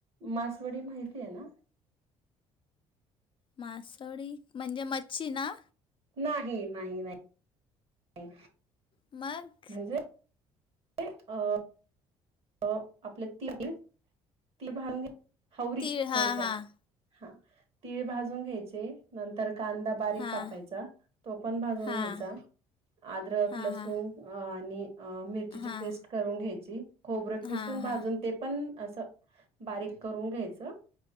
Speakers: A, on the right (about 50°); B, on the left (about 40°).
A: मासवडी माहिती, आहे ना?
B: मासोळी म्हणजे मच्छी ना.
A: नाही नाही नाही. नाय.
B: मग
A: म्हणजे अ अ आपले ती तिले भान हवररी
B: तीळ हां,
A: थोडक्यात.
B: हां,
A: हा तीळ भाजून घ्यायचे नंतर कांदा बारीक
B: हां,
A: कापायचा तो पण भाजून
B: हां,
A: घ्यायचा अद्रक
B: हां,
A: लसूण
B: हां,
A: आणि अ मिरचीची
B: हां,
A: पेस्ट करून घ्यायची, खोबरं
B: हां,
A: किसून
B: हां, हां,
A: भाजून ते पण असं बारीक करून घ्यायचं,